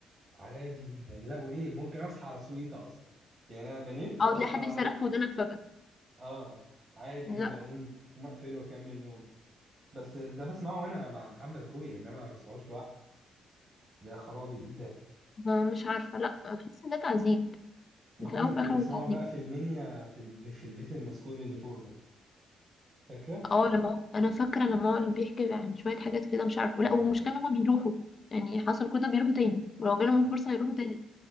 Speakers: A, on the right; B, on the left.
A: عادي جدا لا وايه ممكن اصحى على صويته اصلا يعني انا بنمت
B: او
A: واصحى
B: تلاقي حد
A: على
B: يصرخ في ودانك فجأة
A: اه عادي
B: لا
A: جدا اقوم اقوم اقفله واكمل نوم بس ده بسمعه وانا مع محمد اخويا انما ما بسمعوش لوحدي يا خرابي ايه ده
B: ما مش عارفة لا بحس ان ده تعذيب
A: محمد
B: في الاول وفي
A: كان
B: الاخر
A: بيسمعه
B: هو تعذيب
A: بقى في المنيا في الب... في البيت المسكون اللي فوق ده فاكره
B: اه لما انا فاكره لما هو اللي بيحكي عن شويه حاجات كده مش عارفه
A: اه
B: لا والمشكله ان هما بيروحوا يعني حصل كده بيروحوا تاني ولو جالهم
A: اه
B: الفرصه يروحوا تاني